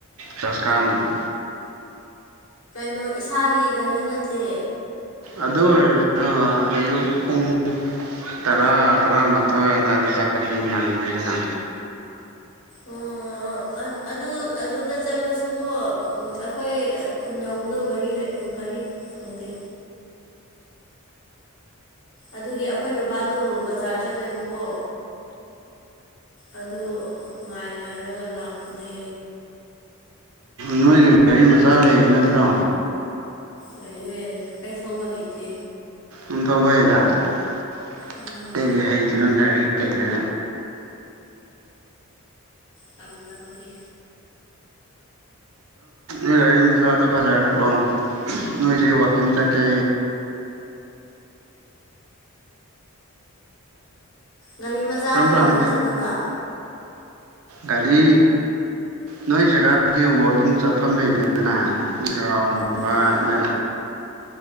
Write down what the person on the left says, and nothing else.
ꯍ ꯀꯩꯅꯣ ꯏꯁꯥꯒꯤ ꯒꯥꯔꯤ ꯅꯠꯇꯦ
ꯑꯣ ꯑ ꯑꯗꯨ ꯑꯗꯨꯗ ꯆꯠꯂꯁꯨꯀꯣ ꯑꯩꯈꯣꯏ ꯈꯨꯟ ꯌꯧꯕꯗꯣ ꯒꯥꯔꯤ ꯒꯥꯔꯤ ꯐꯪꯗꯦ ꯑꯗꯨꯒꯤ ꯑꯩꯈꯣꯏ ꯕꯕꯥꯗꯣ ꯕꯖꯥꯔ ꯆꯠꯂꯦꯕꯀꯣ ꯑꯗꯨ ꯉꯥꯏꯅꯔꯒ ꯂꯥꯛꯄꯅꯦ
ꯌꯥꯥꯏꯨꯍꯦ ꯑꯩ ꯊꯧꯕ ꯍꯩꯇꯦ
ꯎꯝ
ꯇꯝꯗꯕꯒꯤ
ꯒꯥꯔꯤ ꯃꯆꯥꯗ
ꯋꯥꯋꯥꯛꯀꯤꯡ
ꯆꯠꯅꯕ
ꯎꯝ